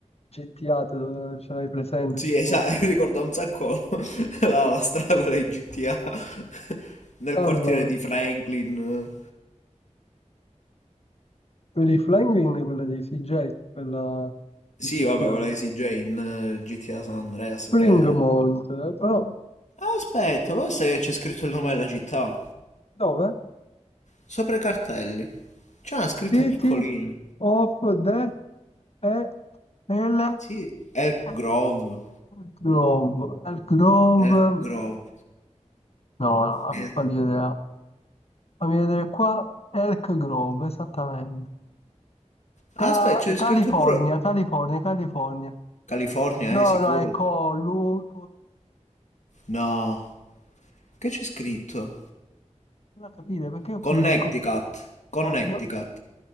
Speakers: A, on the left; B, on the left.
A: GTA, te- ce l'hai presente,
B: sì,
A: tipo...
B: esatto, <laughs> ricorda un sacco <laughs> la, la strada quella di GTA <laughs> nel
A: Allora...
B: quartiere di Franklin.
A: Vedi Flying Ring è quella dei CJ, quella
B: Sì,
A: di GTA.
B: vabbè, quella di CJ in eh, GTA San Andreas,
A: Springmont,
B: che era.
A: eh, però
B: Ah, Aspetta, pensa che c'è scritto il nome della città.
A: dove?
B: Sopra i cartelli. C'è una scritta
A: City
B: piccolina.
A: of the e el
B: Sì, Elk
A: el-
B: Grove.
A: Grove, Elk Grove,
B: Elk Grove.
A: no, no,
B: Eh,
A: fammi vedere, fammi vedere qua, Elk Grove, esattamente.
B: Aspetta,
A: Ca-
B: c'è scritto
A: California,
B: pure
A: California, California.
B: California,
A: No,
B: eh, sicuro?
A: no, è Colum,
B: No, che c'è scritto?
A: non a capire perché ho
B: Connecticut,
A: questi co-
B: Connecticut,
A: co- no.